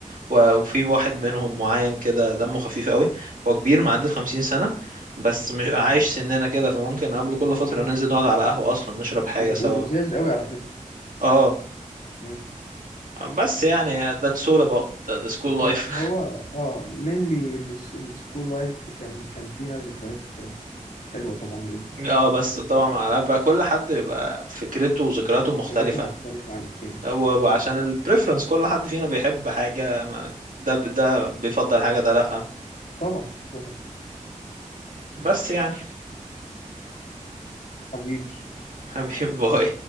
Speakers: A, on the right (about 80°); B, on the left (about 80°).
A: و- وفي واحد منهم معين كده دمه خفيف قوي هو كبير معدي ال 50 سنة بس مش
B: مم.
A: عايش سننا كده فممكن نقابله كل فترة
B: مم.
A: ننزل نقعد على قهوة اصلا نشرب
B: بيبقوا
A: حاجة سوا
B: لذاذ قوي على فكرة
A: اه
B: مم.
A: بس يعني that's all about the school
B: بس
A: life
B: هو اه مينلي السكول لايف كان كان فيها ذكريات حلوة
A: <laughs>
B: طبعا جدا يعني
A: اه بس طبعا ما عارف بقى كل حد بيبقى فكرته وذكرياته مختلفة
B: ذكرياته مختلفة عن التاني صح
A: هو عشان البريفرنس كل حد فينا بيحب حاجة ما- ده ده بيفضل حاجة ده لأ
B: طبعا طبعا
A: بس يعني
B: حبيبي
A: حبيب <laughs> باي